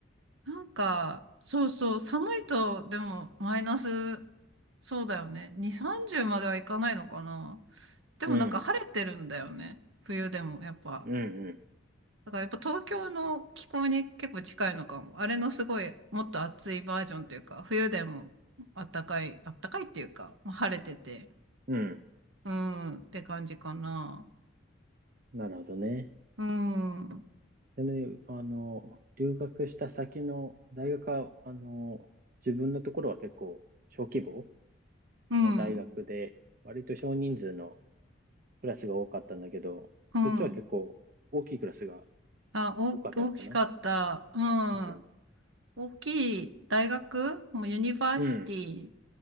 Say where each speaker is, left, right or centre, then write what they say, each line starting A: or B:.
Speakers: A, on the right; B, on the right.
A: なんか、そうそう、寒いと、でも、マイナス、そうだよね。2、30まではいかないのかな。でもなんか晴れてるんだよね。
B: うん、
A: 冬でも、やっぱ。
B: うん、
A: だからやっぱ東京の気候に結構近いのかも。あれのすごい、もっと暑いバージョンというか、冬でもあったかい、あったかいっていうか、まあ晴れてて、
B: うん、うん。
A: うん、って感じかな。
B: なるほどね。
A: うん、うん、
B: でね、あの、留学した先の大学は、あの、自分のところは結構小規模
A: う
B: の大学で、割と少人数のクラスが多かったんだけど、
A: ん。
B: そっちは結構大きいクラスが
A: あ、大、
B: 多かったのかな
A: 大きかった。う
B: うん。
A: ん。大きい大学、もうユニバーシティっ
B: うん。